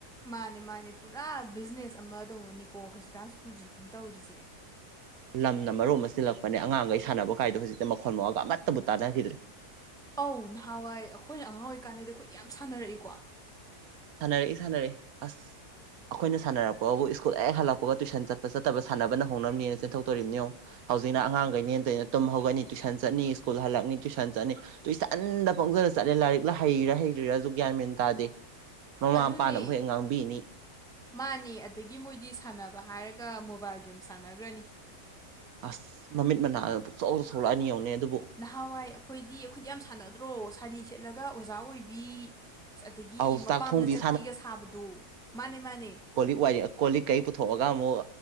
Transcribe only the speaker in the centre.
ꯃꯥꯅꯦ ꯃꯥꯅꯦ ꯄꯨꯔꯥ ꯕꯤꯖꯤꯅꯦꯁ ꯑꯃ ꯇꯧꯅꯅꯤꯀꯣ ꯍꯧꯖꯤꯛꯀꯥꯟ ꯁ꯭ꯀꯨꯜꯁꯤꯡꯁꯤ ꯇꯧꯔꯤꯁꯦ
ꯑꯧ ꯅꯍꯥꯟꯋꯥꯏ ꯑꯩꯈꯣꯏꯅ ꯑꯉꯥꯡ ꯑꯣꯏꯔꯤ ꯀꯥꯟꯗꯗꯤ ꯑꯩꯈꯣꯏ ꯌꯥꯝ ꯁꯥꯟꯅꯔꯛꯏꯀꯣ
ꯑꯗꯨꯅꯦ
ꯃꯥꯅꯦ ꯑꯗꯒꯤ ꯃꯣꯏꯗꯤ ꯁꯥꯟꯅꯕ ꯍꯥꯏꯔꯒ ꯃꯣꯕꯥꯏꯜ ꯒꯦꯝ ꯁꯥꯟꯅꯈ꯭ꯔꯅꯤ
ꯅꯍꯥꯟꯋꯥꯏ ꯑꯩꯈꯣꯏꯗꯤ ꯑꯩꯈꯣꯏꯗꯤ ꯌꯥꯝ ꯁꯥꯟꯅꯗ꯭ꯔꯣ ꯁꯥꯔꯤ ꯁꯦꯠꯂꯒ ꯑꯣꯖꯥ ꯑꯣꯏꯕꯤ ꯑꯗꯒꯤ
ꯃꯄꯥꯝꯗ
ꯆꯠꯄꯤꯒ ꯁꯥꯕꯗꯣ ꯃꯥꯅꯦ ꯃꯥꯅꯦ